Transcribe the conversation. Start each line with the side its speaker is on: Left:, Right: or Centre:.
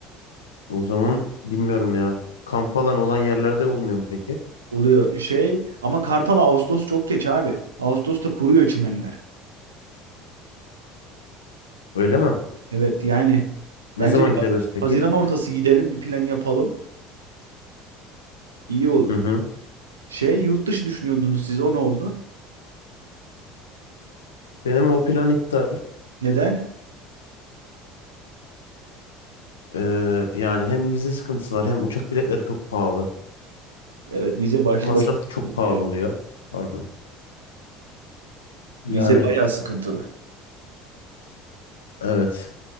Left: O zaman bilmiyorum ya. Kamp alan olan yerlerde olmuyor mu peki?
Right: oluyor şey. Ama Kartal Ağustos çok geç abi. Ağustos'ta kuruyor çimenler.
Left: Öyle mi?
Right: Evet yani
Left: Ne
Right: bence
Left: zaman
Right: biraz
Left: gidebiliriz peki?
Right: Haziran ortası gidelim bir plan yapalım. İyi olur.
Left: Hı hı.
Right: Şey yurt dışı düşünüyordunuz siz o ne oldu?
Left: Benim o plan iptal.
Right: Neden?
Left: Ee, yani hem vize sıkıntısı var hem uçak biletleri çok pahalı.
Right: Evet vize başlı
Left: Masraf
Right: başına
Left: da çok
Right: sıkıntı
Left: pahalı
Right: ya.
Left: oluyor. Pardon. Yani
Right: Vize bayağı sıkıntılı.
Left: evet.